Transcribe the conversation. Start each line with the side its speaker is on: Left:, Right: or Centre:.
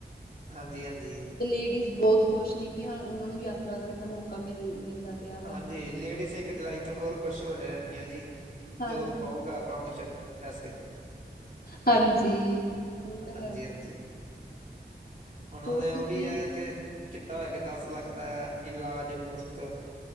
Right: ਹਾਂਜੀ- ਹਾਂਜੀ।
Left: ਤੇ ਲੇਡੀਜ਼ ਬੋਤ ਖੁਸ਼ ਨੇ ਕਿ ਹਾਂ ਉਹਨਾਂ ਨੂੰ ਯਾਤਰਾ ਕਰਨ ਦਾ ਮੌਕਾ ਮਿਲ ਮਿਲਦਾ। ਪਿਆ ਵਾ
Right: ਹਾਂਜੀ ਲੇਡੀਸ ਇੱਕ ਜੁਲਾਈ ਤੋਂ ਹੋਰ ਕੁਛ ਹੋ ਜਾਣਗੀਆਂ ਜੀ।
Left: ਹਾਂਜੀ
Right: ਜਦੋਂ ਪਊਗਾ ਅਕਾਊਂਟ ਚ ਪੈਸੇ।
Left: ਹਾਂਜੀ, ਉਹ ਤਾਂ ਹੈ।
Right: ਹਾਂਜੀ ਹਾਂਜੀ ਹੁਣ ਉਹਨੇ
Left: ਹੋਰ
Right: ਉਹ
Left: ਤੁਸੀਂ
Right: ਵੀ ਐ ਕਿ ਕੀਤਾ ਹੋਇਆ ਕਿ ਦਸ ਲੱਖ ਦਾ ਇਲਾਜ ਮੁਫ਼ਤ।